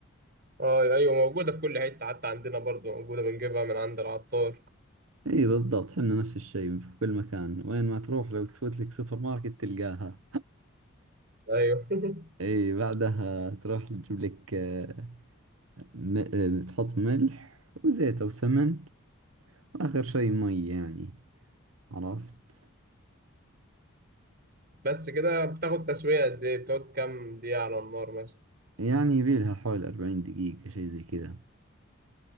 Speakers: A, on the right; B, on the right.
A: اه ايوه موجوده في كل حته حتى عندنا برضو موجوده بنجيبها من عند العطار
B: اي بالضبط حنا نفس الشيء في كل مكان وين ما تروح لو تفوت لك سوبر ماركت تلقاها
A: ايوه <laughs>
B: اي بعدها تروح تجيب لك آه، م... آه، تحط ملح وزيت أو سمن وآخر شي مي يعني عرفت
A: بس كده بتاخد تسويه قد ايه بتقعد كام دقيقه على النار مثلا
B: يعني يبيلها حول أربعين دقيقة شي زي كذا